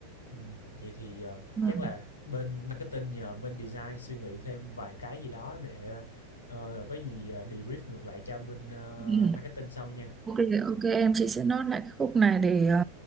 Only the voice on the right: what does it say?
Rồi.
Ừ.
Ok, ok em chị sẽ note lại cái khúc này để ờ,